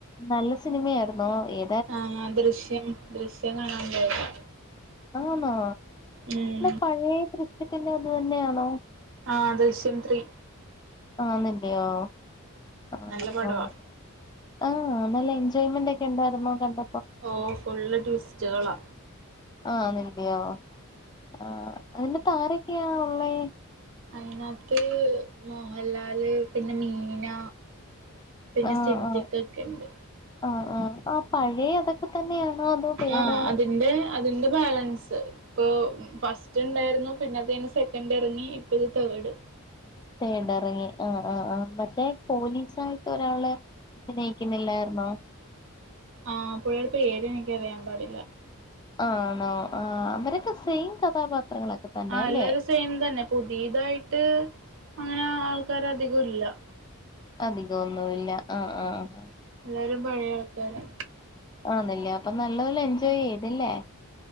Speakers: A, on the left (about 20°); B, on the right (about 60°).
A: നല്ല സിനിമയായിന്നോ ഏ
B: ആഹ ഞാൻ ദൃശ്യം ദൃശ്യം കാണാൻ പോയതാ
A: ആണെ
B: ഉം
A: പഴയ ദൃശ്യത്തിന്റെ അത് തന്നെയാണോ
B: ആഹ ദശ്യംത്രീ
A: ആന്നല്ലോയോ ആഹ
B: നല്ല പടവാ
A: ആഹ ആഹ് നല്ല എൻജോയ്മെന്റ് ഒക്കെ ഉണ്ടായിരരുന്നു കണ്ട
B: ഓ ഫുള് ട്വിസ്റ്റുകളാ
A: അന്നല്ലയോ ആ അതിൽ ആരൊക്കെയാ ഉള്ളേ
B: അയിനാത്ത് മോഹൻലാല് പിന്നെ മീന പിന്നെ
A: ആ
B: സിദ്ധിഖ്
A: ആ
B: ഒക്കെ ഇണ്ട്
A: ആ ആ ആപഴയ അതൊക്കെ തന്നെയാണോ അതോ വേറെ
B: ആഹ അതിന്റെ അതിന്റെ ബാലൻസ് ഇപ്പൊ ഫസ്റ്റ് ഇണ്ടായിരുന്നു പിന്നെ അത് കഴിഞ്ഞ് സെക്കൻഡ് ഇറങ്ങി ഇപ്പ ഇത് തേഡ്
A: തേടറങ്ങി ആ് ആ് ആ മറ്റേ പോലീസായിട്ട് ഒരാള് അഭിനയിക്കുന്നില്ലാരുന്നോ
B: ആ പുള്ളിയുടെ പേര് എനിക്കറിയാൻ പാടില്ല
A: ആണോ ആ അവരൊക്കെ സെയിം കഥാപാത്രങ്ങളൊക്കെ തന്നെ
B: ആ
A: അല്ലേ
B: എല്ലാരും സെയിം തന്നെ പുതിയതായിട്ട് അങ്ങനെ ആൾക്കാര അധികംല്ല
A: അധികം ഒന്നുല്ല ആഹ ആഹ ആഹ
B: എല്ലരും പഴയ ആൾക്കാരാ
A: ആന്നല്ലേ അപ്പൊ നല്ലതോല എൻജോയ് ചെയ്തില്ലേ